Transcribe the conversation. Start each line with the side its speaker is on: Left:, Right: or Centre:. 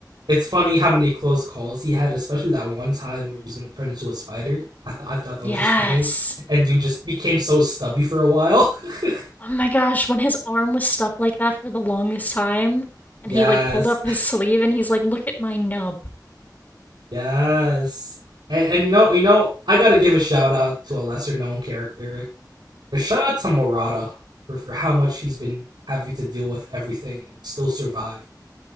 Right: it's funny how many close calls he had, especially that one time where he was going to turn into a spider. I, th- I thought that
Left: Yes.
Right: was just funny. And dude just became so stubby for a while. <laughs>
Left: Oh my gosh, when his arm was stuck like that for the longest time, and
Right: yes.
Left: he like pulled up his <laughs> sleeve and he's like, Look at my nub.
Right: Yes. And, and you know, you know, I gotta give a shout out to a lesser known character. But shout out to Morata for, for how much he's been having to deal with everything and still survive.